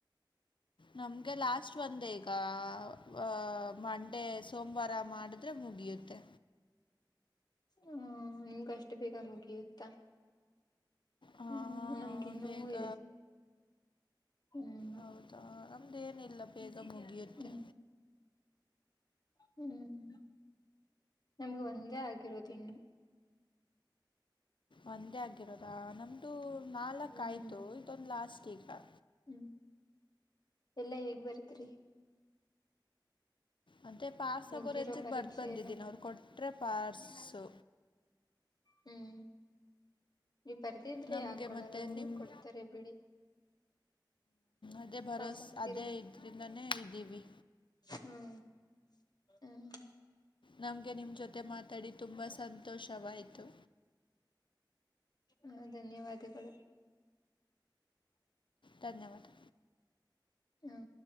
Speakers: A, on the left; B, on the left.
A: ನಮ್ಗೆ ಲಾಸ್ಟ್ ಒಂದ ಈಗ ಅ ಮಂಡೆ ಸೋಮವಾರ ಮಾಡಿದ್ರೆ ಮುಗಿಯುತ್ತೆ
B: ಹ್ಮ ನಿಮ್ಗ ಅಷ್ಟು ಬೇಗಾ ಮುಗಿಯುತ್ತ
A: ಹಾಂ,
B: ಹ್ಮ್ ನಮ್ಗೆ ಇನ್ನೂ
A: ಬೇಗ
B: ಇದೆ ಹ್ಮ್
A: ಹೌದಾ ನಮ್ದು ಏನ ಮಲ್ಲೇ ಕಮೋಗ ಉತ್ತೆ
B: ಹ್ಮ್ ಹ್ಮ್ ನಮಗೆ ಮುಜೆ ಆಗಿರೋದು ಇನ್ನು
A: ಒಂದೇ ಆಗ ಹಿರೋದಾ ನಮ್ದು ನಾಲ್ಕ್
B: ಹ್ಮ್
A: ಆಯ್ತು ಇದೊಂದು ಲಾಸ್ಟ್ ಎ ಆ
B: ಹ್ಮ್ ಎಲ್ಲಾ ಹೇಗ್ ಬರತ್ರಿ
A: ಅತ್ತೆ ಪಾರ್ಸ್ಗೋರ್
B: ಮುಗ್ದಿರೋ
A: ಹೆಚ್ಚಿಗೆ
B: ಪರೀಕ್ಷೆ
A: ಬರ್ ಬಂದಿದ್ದೀನ
B: ಎಲ್ಲ
A: ಅವ್ರು ಕೊಟ್ರೆ ಪಾರ್ಸ
B: ಹ್ಮ್ ನೀವು ಬರ್ದಿದ್ರೆ
A: ನಮಗೆ
B: ಯಾಕ ಕೊಡಲ್ಲ
A: ಮತ್ತು
B: ಅವರು
A: ನಿಮ್ಮ
B: ಕೊಡ್ತಾರೆ ಬಿಡಿ
A: ಅದೇ ಭರೋಸೆ
B: ಪಸ್ ಆಕ್ತೀರಾ
A: ಅದೇ ಇದರಿಂದನೇ ಇದ್ದೀವಿ
B: ಹ್ಮ್ ಹ್ಮ
A: ನಮ್ಗೆ ನಿಮ್ ಜೊತೆ ಮಾತಾಡಿ ತುಂಬಾ ಸಂತೋಷವಾಯ್ತು
B: ಹ ಧನ್ಯವಾದಗಳು
A: ಧನ್ಯವಾದ
B: ಹ್ಮ